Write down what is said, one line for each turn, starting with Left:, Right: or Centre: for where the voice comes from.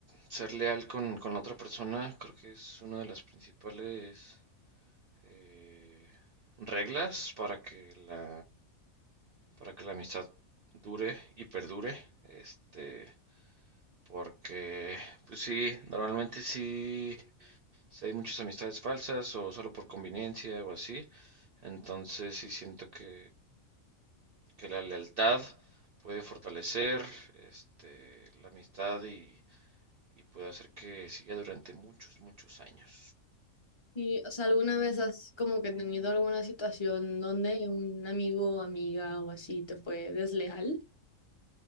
Right: ser leal con, con la otra persona, creo que es una de las principales eh, reglas para que la, para que la amistad dure y perdure. Este, porque, pues sí, normalmente sí Si hay muchas amistades falsas o solo por conveniencia o así, entonces sí siento que, que la lealtad puede fortalecer este, la amistad y, y puede hacer que siga durante muchos, muchos años.
Left: Y, o sea, ¿alguna vez has como que tenido alguna situación donde un amigo, amiga o así te fue desleal?